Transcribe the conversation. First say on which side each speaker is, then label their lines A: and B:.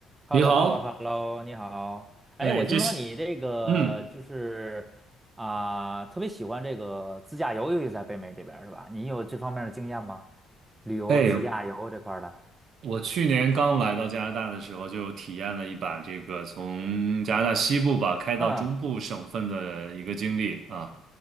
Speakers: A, on the right (about 20°); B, on the right (about 65°).
A: h
B: 你好，
A: e l l o h e l l o h e l l o 你好。
B: 哎，
A: 哎，我听说你这个就是啊、
B: 这是，嗯，
A: 特别喜欢这个自驾游，尤其在北美这边儿是吧？你有这方面的经验吗？旅游、
B: 哎，
A: 自驾游这块儿的？
B: 我去年刚来到加拿大的时候，就体验了一把这个从加拿大西部吧开到中部省份的一个经历啊。
A: 嗯，